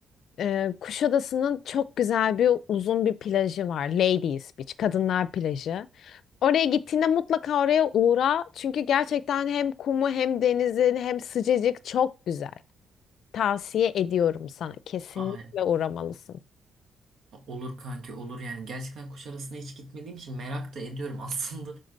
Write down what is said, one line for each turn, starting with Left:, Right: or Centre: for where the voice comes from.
Left: Ee, Kuşadası'nın çok güzel bir uzun bir plajı var. Ladies Beach, Kadınlar Plajı. Oraya gittiğinde mutlaka oraya uğra. Çünkü gerçekten hem kumu hem denizin hem sıcacık çok güzel. Tavsiye ediyorum sana. Kesinlikle
Right: Ay,
Left: uğramalısın.
Right: olur kanki olur yani gerçekten Kuşadası'na hiç gitmediğim için merak da ediyorum. <laughs> Aslında